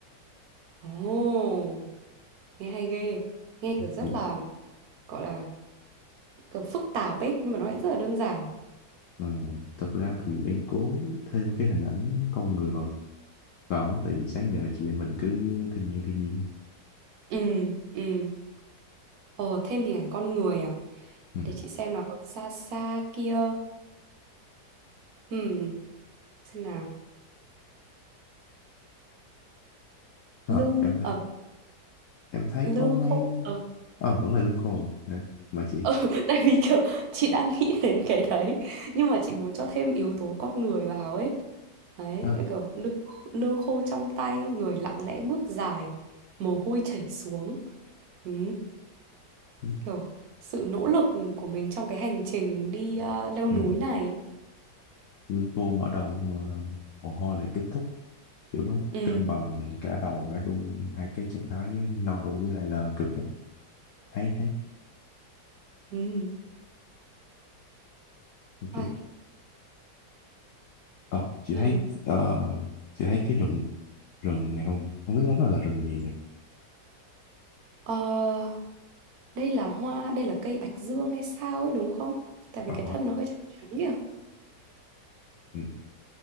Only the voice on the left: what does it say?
ừ.
ừ, thật ra thì em cố thêm cái hình ảnh con người vào vào á, tại vì sáng giờ chị em mình cứ thiên nhiên thiên nhiên
ừ.
Ờ,
em thấy
em thấy
có mấy
ờ vẫn là lương khô à Đấy, mà chị
à,
ừ.
ừ,
lương khô mở đầu nhưng mà mồ hôi lại kết thúc kiểu nó
cân bằng cả đầu cả đun hai cái trạng thái no đủ với lại là cực em thấy thấy
ok
Ờ, chị
thấy ờ, chị thấy cái rừng rừng này không không biết lắm là rừng gì nhỉ?
Ờ,
ừ,